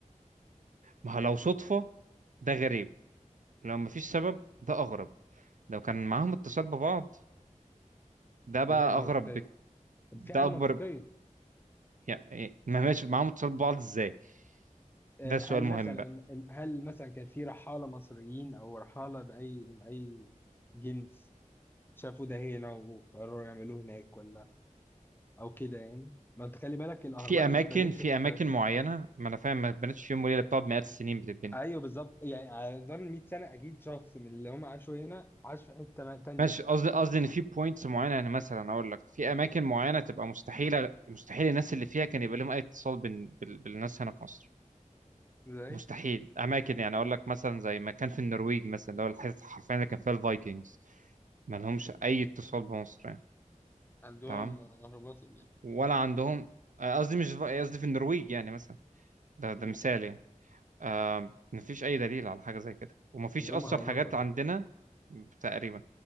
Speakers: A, on the right; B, on the left.
A: ما هو لو صدفة ده غريب لو مفيش سبب ده أغرب لو كان معاهم اتصال ببعض ده بقى
B: هي في حاجة منطقية
A: أغرب بك-
B: طب
A: ده
B: في حاجة منطقية
A: أكبر ب- يعني ما ماشي معاهم اتصال ببعض إزاي؟
B: آه،
A: ده سؤال
B: هل
A: مهم
B: مثلا
A: بقى.
B: هل مثلا كان في رحالة مصريين أو رحالة بأي من أي جنس شافوا ده هنا وقرروا يعملوه هناك ولا أو كده يعني ما أنت خلي بالك الأهرامات
A: في
B: دي
A: اماكن
B: ما اتبنتش
A: في
B: في
A: اماكن
B: سنة
A: معينه ما انا فاهم ما اتبنتش في يوم وليله بتقعد مئات السنين بتتبني
B: أيوه بالظبط يعني على مدار 100 سنة أكيد شخص من اللي هم عاشوا هنا عاش في حتة ما- تانية
A: ماشي قصدي قصدي ان في بوينتس معينه يعني مثلا اقول لك في اماكن معينه تبقى مستحيله مستحيل الناس اللي فيها كان يبقى لهم اي اتصال بال... بال... بالناس هنا في مصر
B: ازاي
A: مستحيل اماكن يعني اقول لك مثلا زي ما كان في النرويج مثلا اللي هو الحته حرفيا اللي كان فيها الفايكنجز ما لهمش اي اتصال بمصر يعني
B: عندهم
A: تمام
B: اهرامات ولا ايه
A: ولا عندهم قصدي مش قصدي في النرويج يعني مثلا ده ده
B: مم.
A: مثال يعني آه مفيش أي دليل على حاجة زي كده ومفيش
B: عندهم
A: أصلا
B: أهرامات
A: حاجات
B: ولا
A: عندنا
B: إيه؟
A: تقريبا